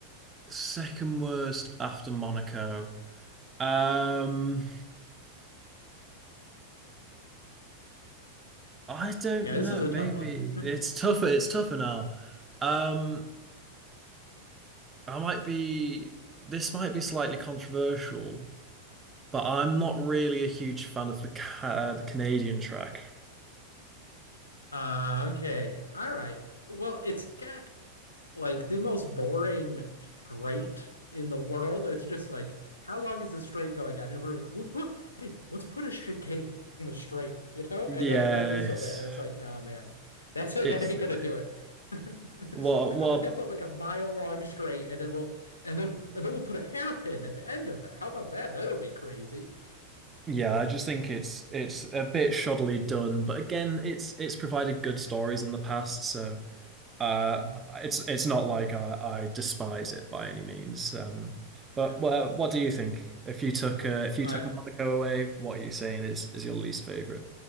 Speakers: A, on the right (about 20°); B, on the left (about 75°).
A: second worst after Monaco. Um, I don't
B: Yeah, this
A: know.
B: is a
A: Maybe
B: tough one.
A: it's tougher.
B: <laughs>
A: It's tougher now. Um, I might be, this might be slightly controversial, but I'm not really a huge fan of the ca- uh, the Canadian track.
B: Uh, okay. All right. Well, it's got like the most boring straight in the world. It's just like, how long is this straight going on? And we're we'll put hey, let's put a chicane in the straight, <laughs> you know,
A: Yeah,
B: and then it won't be so
A: it's,
B: bad. And it's like, nah, man, that's it.
A: it's
B: <laughs> That ain't
A: silly.
B: gonna do it. <laughs>
A: What?
B: We're
A: What?
B: gonna put like a mile long straight, and then we'll and then and then we'll put a hairpin at the end of it. How about that? That'll be crazy.
A: yeah, I just think it's it's a bit shoddily done, but again, it's it's provided good stories in the past, so uh,
B: Mm,
A: it's it's not like I, I despise it by any means. Um, but
B: No,
A: well, what do you think? If you took uh, if you
B: I
A: took Monaco away, what are you saying is is your least favorite?